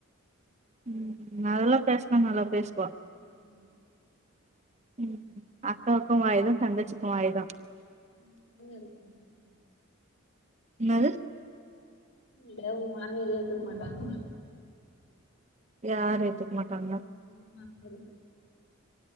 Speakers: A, on the right (about 35°); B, on the left (about 65°).
A: ம் அதெல்லா பேசுனா நல்லா பேசுவா
B: ம் ம்
A: ம் அக்காவுக்கு வாயிதா தங்கச்சிக்கு வாயிதா
B: நீங்க எதுக்கு வந்திங்க
A: என்னது
B: இல்ல உங்க மாமியார் ஏத்துக்க மாட்டாங்களா
A: யாரு ஏத்துக்க மாட்டாங்களா
B: உங்க மாமியாரு